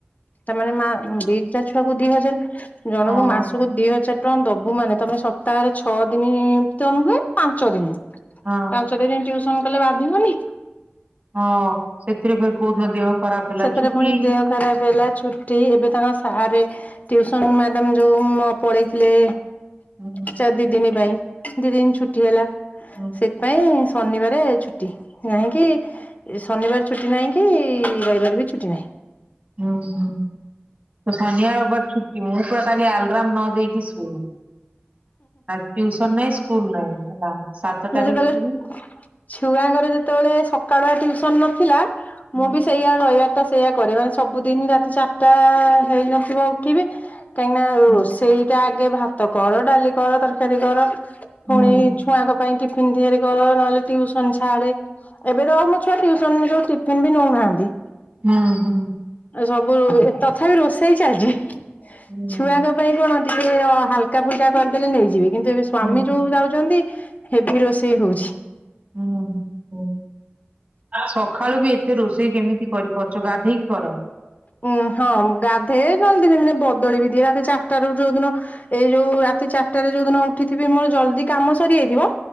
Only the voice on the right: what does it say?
ହଁ
ହଁ।
ହଁ ସେଥିରେ ବି କୋହୁଦିନ ଦେହ ଖରାପ। ହେଲା
ଛୁଟି
ହୁଁ
ହୁଁ।
ହୁଁ ହୁଁ। ତ ଶନିବାର ରବବାର ଛୁଟି ମୁଁ ପୁରା କାଲି ଆଲରାମ ନ ଦେଇକି ଶୁଏ। ଆଜି ଟିୟୁସନ୍ ନାହିଁ ସ୍କୁଲ ନାହିଁ ହେଲା। ସାତଟାରେ
ଉଠିବି
ହୁଁ
ହୁଁ
ହୁଁ
ହୁଁ ହୁଁ।
ହୁଁ ହୁଁ
ହୁଁ
ହୁଁ ହୁଁ ଉଁ ସଖାଳୁ ବି ଏତେ ରୋଷେଇ କେମିତି କରିପାରୁଚ ଗାଧେଇକି କର?